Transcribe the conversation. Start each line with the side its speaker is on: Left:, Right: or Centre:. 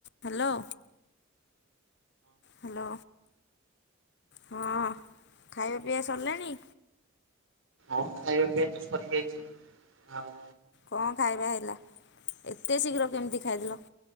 Left: Hello. Hello ହଁ। ଖାଇବା ପିଇବା ସରିଲାଣି।
Right: ହଣ ଖାଇବା ପିଇବା ତ ସରିଯାଇଛି ଆଉ
Left: କଣ ଖାଇବା ହେଲା ଏତେ ଶୀଘ୍ର କେମିତି ଖାଇ ଦେଲ।